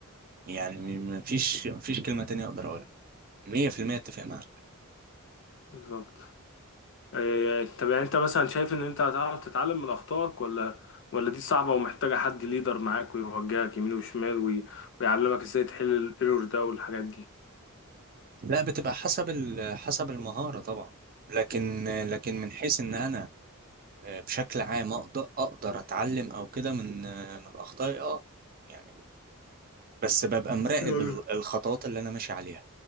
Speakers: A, on the right; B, on the left.
A: يعني م- مفيش مفيش كلمة تانية أقدر أقولها مية في المية أتفق معاك
B: بالظبط إيه، طب يعني انت مثلا شايف ان انت هتعرف تتعلم من اخطائك ولا ولا دي صعبة ومحتاجة حد ليدر معاك ويوجهك يمين وشمال وي... ويعلمك ازاي تحل الايرور ده والحاجات دي
A: لا بتبقى حسب ال- حسب المهارة طبعا لكن لكن من حيث إن أنا آه، بشكل عام أقدر أقدر أتعلم أو كده من آه، من أخطائي أه يعني بس ببقى مراقب
B: يعني
A: ال- الخطوات اللي أنا ماشي عليها